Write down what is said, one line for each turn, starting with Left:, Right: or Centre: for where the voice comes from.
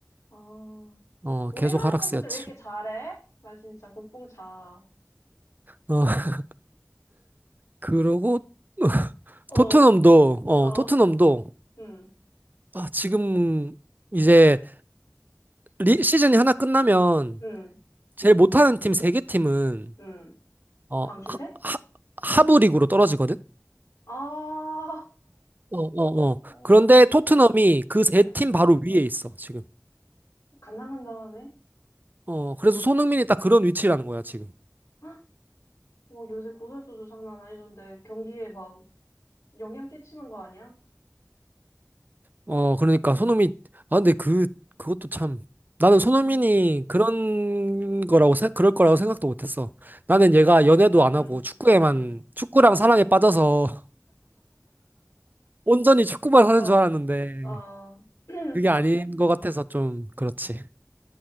Left: 아,
Right: 어,
Left: 우리나라
Right: 계속 하락세였지.
Left: 선수들 왜 이렇게 잘해? 나 진짜 국뽕차.
Right: 어, <laughs> 그러고,
Left: 어,
Right: 토트넘도, 어,
Left: 어,
Right: 토트넘도,
Left: 응,
Right: 아, 지금 이제 리, 시즌이 하나 끝나면
Left: 응,
Right: 제일 못하는 팀 세 개 팀은,
Left: 응.
Right: 어,
Left: 방출대?
Right: 하, 하, 하부 리그로 떨어지거든?
Left: 아, <laughs>
Right: 어, 어, 어.
Left: 어,
Right: 그런데 토트넘이 그 세
Left: 응.
Right: 팀 바로 위에 있어, 지금.
Left: 간당간당하네.
Right: 어, 그래서 손흥민이 딱 그런 위치라는 거야, 지금.
Left: 헉, <gasps> 뭐 요새 고설수도 장난 아니던데 경기에 막 영향 끼치는 거 아니야?
Right: 어, 그러니까 손흥민, 아, 근데 그, 그것도 참. 나는 손흥민이
Left: 응,
Right: 그런 거라고, 생- 그럴 거라고 생각도 못 했어. 나는 얘가 연애도 안
Left: 응,
Right: 하고 축구에만,
Left: 응.
Right: 축구랑 사랑에 빠져서 <laughs> 온전히 축구만 하는
Left: 어,
Right: 줄 알았는데,
Left: 어. <clears throat>
Right: 그게 아닌 것 같아서 좀, 그렇지.